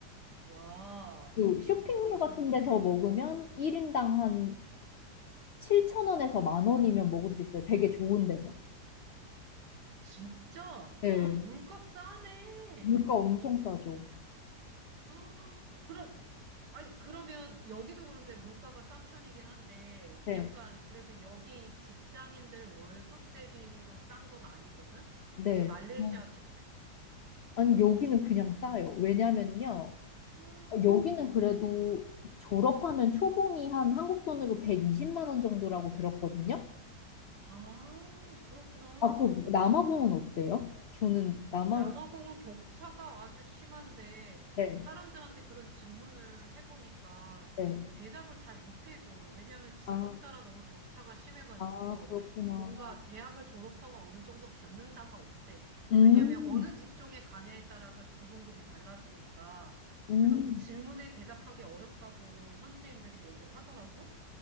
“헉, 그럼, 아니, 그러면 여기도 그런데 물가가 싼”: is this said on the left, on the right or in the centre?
Right